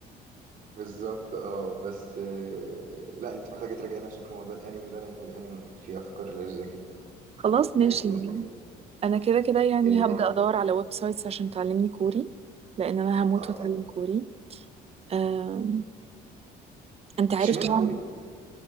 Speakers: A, on the right; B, on the right.
A: بالظبط اه بس آه، لا انت محتاجه تراجعي نفسك في موضوع الانمي ده لان الانمي فيه افكار لذيذه جدا
B: خلاص
A: في
B: ماشي
A: حاجات لذيذه
B: يعني.
A: جدا
B: انا كده كده يعني
A: اه
B: هبدا ادور على ويب سايتس عشان تعلمني كوري لان انا هموت
A: آه.
B: واتعلم كوري آه انت عارف
A: اشمعنى
B: طبعا
A: كوري